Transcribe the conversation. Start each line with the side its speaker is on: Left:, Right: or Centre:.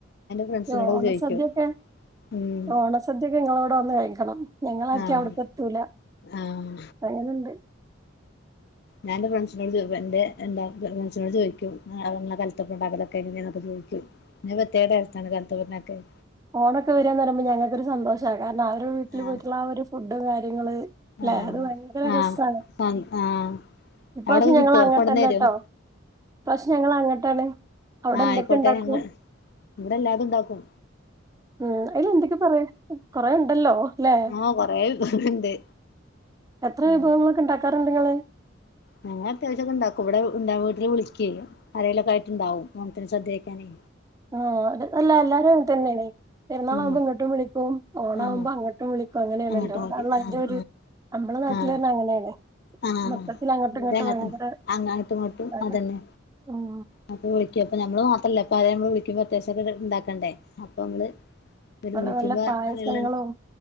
Left: ഫ്രണ്ട്സിനോടൊക്കെ
Right: ഓണ
Left: ചോദിക്കും
Right: സദ്യക്കെ.
Left: ഉം
Right: ഓണ സദ്യക്കെ ങ്ങളോടാ വന്ന് കഴിക്കണം. ഞങ്ങളൊക്കെ
Left: ആഹ്
Right: അവിടക്കെ ത്തൂല
Left: ആഹ്
Right: അങ്ങനണ്ട്.
Left: ഞാന് എന്റെ ഫ്രണ്ട്സിനോട് എന്റെ ഫ്രണ്ട്സിനോട് ചോയിക്കും. എങ്ങനാ കലത്തപ്പം ണ്ടാകലൊക്കെ എങ്ങനെ ചോയിക്കും. ഇത് പ്രതേക ടെസ്റ്റാണ് കലത്തപ്പം ണ്ടാക്കിയാൽ.
Right: ഓണക്ക വരാന്നറിയുമ്പല് ഞങ്ങക്ക് ഒരു സന്തോഷകാരണ അവരുടെ വീട്ടില്
Left: ആഹ്
Right: പോയിട്ടുള്ള ഫുഡ്‌ കാര്യങ്ങള്. ങേ
Left: ആഹ്
Right: അത് ഭയങ്കര രസാണ്.
Left: ആഹ് ആഹ് ആഹ്
Right: ഇപ്രാവശ്യം
Left: അവിടൊക്കെ
Right: ഞങ്ങൾ
Left: കിട്ടുവോ
Right: അങ്ങട്ടന്നേട്ടോ?
Left: കൊണ്ടന്നരും
Right: ഇപ്രാവശ്യം ഞങ്ങൾ അങ്ങട്ടാണ്. അവിടെ
Left: ആ
Right: എന്തൊക്കെ
Left: ആയ്കോട്ടെ
Right: ഇണ്ടാക്കും
Left: ങ്ങൾ ഇവിടെ എല്ലാതും ഉണ്ടാകും.
Right: ഉം അയിന് എന്തൊക്കെ പറയ കൊറേ ഉണ്ടല്ലോ? ല്ലേ
Left: ആഹ് കൊറേ വിഭവണ്ട്
Right: എത്ര
Left: ഉം
Right: വിഭവങ്ങളൊക്കെ ണ്ടാകാറുണ്ട് ങ്ങള്.
Left: ഞങ്ങൾ അത്യവാസിക്കെ ണ്ടാകും. ഇവിടെ എല്ലാ വീട്ടിലും വിളിക്കെ ആരെലയിട്ട് ഉണ്ടാകും. സദ്യ കഴിക്കാന്.
Right: ഓ ഇതൊക്കെ എല്ലാരും അങ്ങനെ തന്നെണ്. പെരുന്നാളവുബം
Left: ഉം
Right: ഇങ്ങട്ടും വിളിക്കും. ഓണാവുമ്പം
Left: ആഹ്
Right: അങ്ങട്ടും വിളിക്കും. അങ്ങനെണല്ലോ
Left: അങ്ങോട്ട് നോക്കി
Right: അതാണല്ലോ അയിന്റേത്.
Left: ആഹ്
Right: ഞമ്മളെ നാട്ടിലൊക്കെ
Left: ആഹ്
Right: അങ്ങിനെണ്.
Left: ആഹ് ആഹ്
Right: മൊത്തത്തില്
Left: ഇവിടെ
Right: ഇങ്ങട്ടും
Left: അങ്ങനെതന്നെ
Right: ഭയങ്കര
Left: അങ്ങട്ടും ഇങ്ങട്ടും
Right: ഇതാണ്
Left: അതെന്നെ
Right: ഉം
Left: അപ്പൊ വിളിക്കും. അപ്പോൾ നമ്മൾ നമ്മള് മാത്രല്ല അപ്പ ആരേലൊക്കെ വിളിക്കുമ്പം അത്തിവസം ഇണ്ടാക്കണ്ടേ അപ്പ നമ്മള് ഇര്
Right: നല്ല
Left: വിളിക്കുമ്പോ
Right: നല്ല പായസങ്ങളും
Left: അങ്ങെയുള്ള